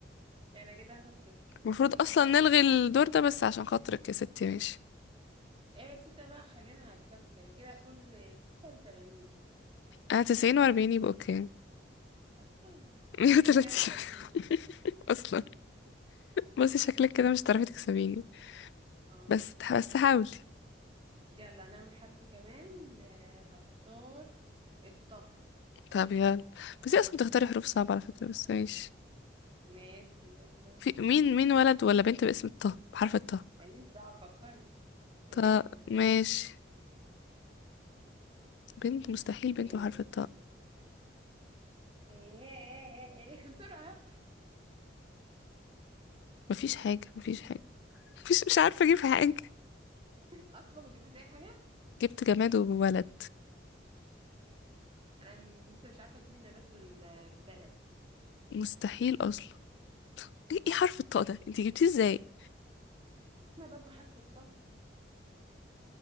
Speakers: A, on the right (about 30°); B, on the left (about 70°).
A: أنا كده هاخد صفر
B: المفروض
A: انتي
B: اصلا
A: كده
B: نلغي الدور ده بس عشان خاطرك يا ستي ماشي
A: ايه ستة بقى خلينا هكسبك أنا كده كل ستة لتمانين
B: انا تسعين واربعين يبقى اوكي
A: أصلا
B: مية وتلاتين
A: مية وتلاتين
B: <laughs> اصلا بصي شكلك كده مش هتعرفي تكسبيني
A: اه
B: بس بس حاولي
A: يلا هنعمل حرف كمان آه، هختار الطه
B: طب يلا بس هي اصلا بتختاري حروف صعبة على فكرة بس ماشي
A: ماشي يلا
B: في مين مين ولد ولا بنت باسم الطه بحرف الطه
A: ماليش دعوة فكري آه،
B: طه ماشي بنت مستحيل بنت
A: آه،
B: بحرف الطه
A: آه، <laughs> بسرعة
B: مفيش حاجة مفيش حاجة مفيش مش عارفة اجيب حاجة
A: أصلا ما جبتش أي حاجة
B: جبت جماد وولد
A: أنا م- لسه مش عارفة أجيب النبات والبلد
B: مستحيل اصلا ايه إيه حرف الطاء ده انتي جبتيه ازاي
A: نبات بحرف الطه